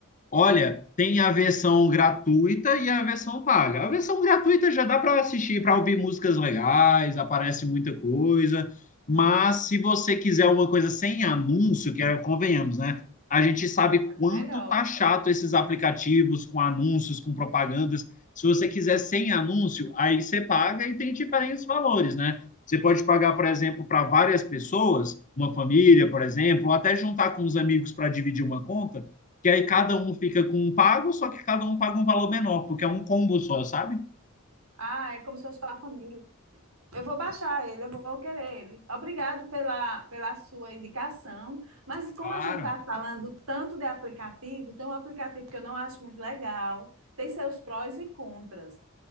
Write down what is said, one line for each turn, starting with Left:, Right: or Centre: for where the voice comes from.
Left: Olha, tem a versão gratuita e a versão paga. A versão gratuita já dá para assistir, para ouvir músicas legais, aparece muita coisa. Mas se você quiser uma coisa sem anúncio, que é, convenhamos, né? A gente sabe
Right: É
Left: quanto
Right: melhor.
Left: tá chato esses aplicativos com anúncios, com propagandas. Se você quiser sem anúncio, aí você paga e tem diferentes valores, né? Você pode pagar, por exemplo, para várias pessoas, uma família, por exemplo, ou até juntar com os amigos para dividir uma conta que aí cada um fica com um pago, só que cada um paga um valor menor, porque é um combo só, sabe?
Right: Ah, é como se fosse para a família. Eu vou baixar ele, eu vou querer ele. Obrigado pela, pela sua indicação. Mas como
Left: Claro.
Right: a gente está falando tanto de aplicativo, tem um aplicativo que eu não acho muito legal, tem seus prós e contras.